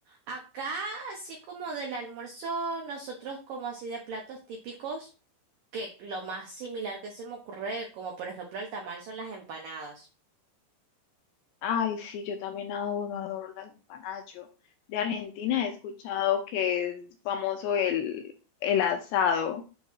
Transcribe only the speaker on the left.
Ay, sí, yo también adoro, adoro las empanadas. Yo de Argentina he escuchado que es famoso el, el asado.